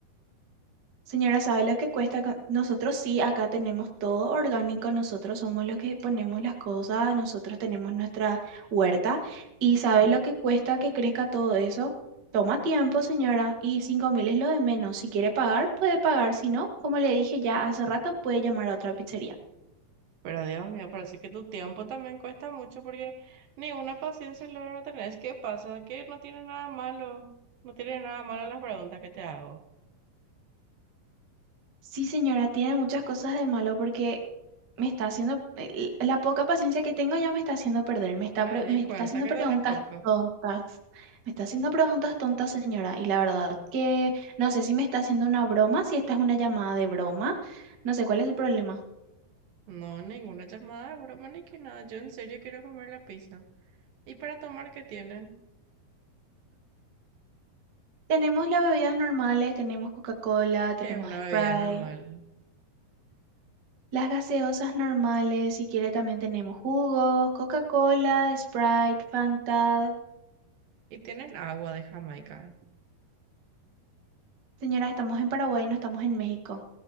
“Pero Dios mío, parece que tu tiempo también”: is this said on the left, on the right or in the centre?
Right